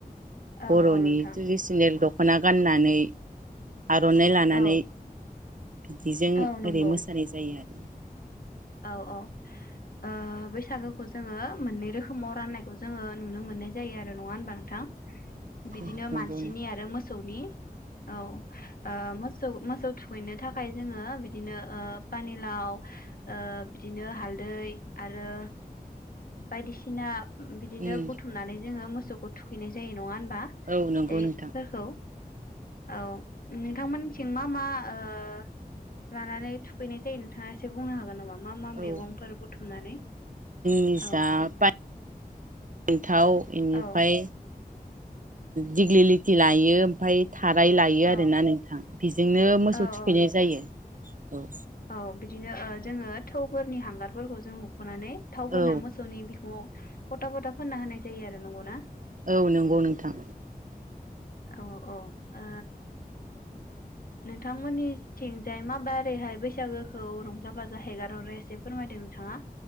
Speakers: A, on the left; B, on the right.
A: औ
B: बर'नि
A: औ नोंथां
B: ट्रेडिसनेल द ख'ना गाननानै आर'नाइ लानानै
A: औ
B: बिदिजों
A: औ नंगौ
B: ओरै मोसानाय जायो आरो।
A: औ औ ओ बैसागो खौ जोङो मोननै रोखोमाव राननायखौ जोङो नुनो मोननाय जायो आरो नङा होनबा नोंथां? बिदिनो
B: औ नंगौ
A: मानसिनि
B: नोंथां
A: आरो मोसौनि औ ओ मो मोसौ मोसौ थुखैनो थाखाय जोङो बिदिनो ओ पानिलाव ओ बिदिनो हालदै आरो। बायदिसिना बिदिनो
B: उम
A: बुथुमनानै जोङो मो सौखौ थुखैनाय जायो नङा होन बा
B: औ नंगौ
A: फिथाइफोरखौ
B: नोंथां
A: औ नोंथांमोननिथिं मा मा? ओ लानानै थुखैनाय जायो नोंथाङा एसे बुंनो हागोन नामा? मा मा मैगंफोर
B: औ
A: बुथुमनानै
B: निजा
A: औ
B: फान्थाव बेनिफ्राय
A: औ
B: दिग्लि लिथि लायो ओमफ्राय थाराय लायो
A: औ
B: आरोना नोंथां बि बिजोंनो मोसौ
A: औ
B: थुखैनाय
A: औ नोंथां
B: जायो। औ
A: औ बिदिनो ओ जोङो थौफोरनि हांगारफोरखौ जों फुनानै थावफुननानै
B: औ
A: मोसौनि बिखुङाव फथा फथा फोनना होनाय जायो आरो नंगौना
B: औ नंगौ नोंथां
A: औ औ ओह नोंथांमोननि थिंजाय माबारैहाय बैसागोखौ रंजा बाजा हेगारहरो एसे फोरमायदो नोंथाङा